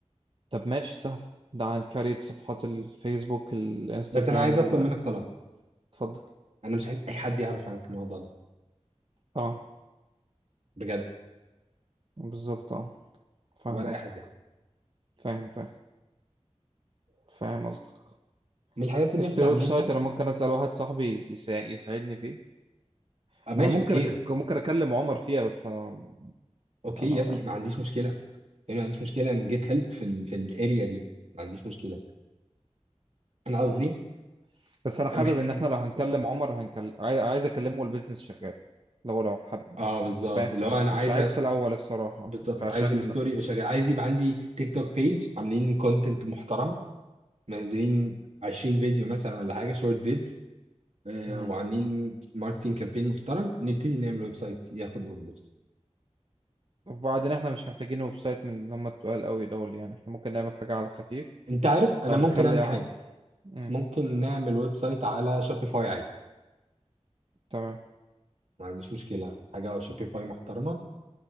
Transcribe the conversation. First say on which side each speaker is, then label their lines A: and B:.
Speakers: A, on the right (about 45°); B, on the right (about 65°).
A: طب ماشي سهل ده عن كارية صفحات الفيسبوك الانستجرام
B: بس انا عايز
A: ال-
B: اطلب منك طلب
A: اتفضل
B: انا مش عايز اي حد يعرف عنك الموضوع ده
A: اه
B: بجد
A: بالظبط اه فاهم
B: ولا اي
A: قصدك
B: حد يعرف
A: فاهم فاهم فاهم قصدك
B: من الحاجات اللي
A: حتة
B: نفسي
A: الويب
B: اعملها
A: سايت أنا ممكن أسأل واحد صاحبي يسا- يساعدني فيه
B: آه ماشي
A: أنا ممكن
B: اوكي
A: أك- ممكن أكلم عمر فيها بس أنا
B: اوكي
A: أنا
B: يا ابني ما عنديش مشكله يعني ما عنديش مشكله ان جيت هيلب في ال في الاريا دي ما عنديش مشكله انا قصدي
A: مم. بس أنا حابب
B: أنا محتاج
A: إن إحنا لو هنكلم عمر هنكلم عايز أكلمه والبيزنس شغال لو لو حب
B: اه بالظبط
A: أنت فاهم
B: اللي هو انا
A: مش
B: عايز
A: عايز
B: أ-
A: في
B: عايز-
A: الأول الصراحة
B: بالظبط
A: فعشان
B: عايز الستوري يبقى شغال عايز يبقى عندي تيك توك بيج عاملين كونتنت محترم منزلين 20 فيديو مثلا ولا حاجه شورت فيديو آه،
A: مم.
B: وعاملين ماركتينج كامبين محترم نبتدي نعمل ويب سايت ياخد اوردرز
A: وبعدين إحنا مش محتاجين ويب سايت من اللي هم التقال قوي دول يعني إحنا ممكن نعمل حاجة على خفيف
B: انت عارف انا
A: أو
B: ممكن
A: نخلي
B: اعمل
A: واحد
B: حاجه
A: مم.
B: ممكن نعمل ويب سايت على شوبيفاي عادي
A: تمام
B: ما عنديش مشكله حاجه على شوبيفاي محترمه